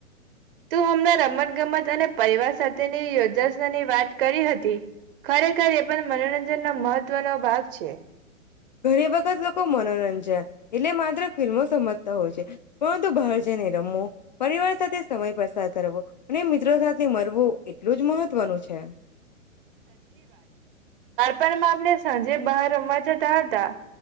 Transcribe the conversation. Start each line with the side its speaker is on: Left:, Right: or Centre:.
Right: તું હમણાં રમત ગમત અને પરિવાર સાથેની યોજાસનાની વાત કરી હતી, ખરેખર એ પણ મનોરંજનનો મહત્વનો ભાગ છે.
Left: ઘણી વખત લોકો મનોરંજન, એટલે માત્ર ફિલ્મો સમજ હોય છે. પરંતુ બહાર જઈને રમવો, પરિવાર સાથે સમય પસાર કરવો, અને મિત્રો સાથે રમવો એટલું જ મહત્વનું છે.
Right: બાળપનમાં આપણે સાંજે બહાર રમવા જતાં હતાં,